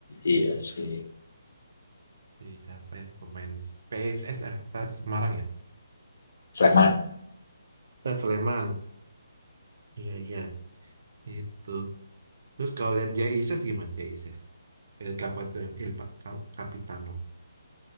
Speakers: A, on the left; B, on the right.
A: iya si
B: si siapa ya? Pemain PSS eh, atas Semarang ya?
A: Sleman
B: Eh, Sleman. Iya, iya. Itu. Terus kalau lihat Jay Isis gimana Jay Isis? El Capitano, El Pa- Cal- Capitano.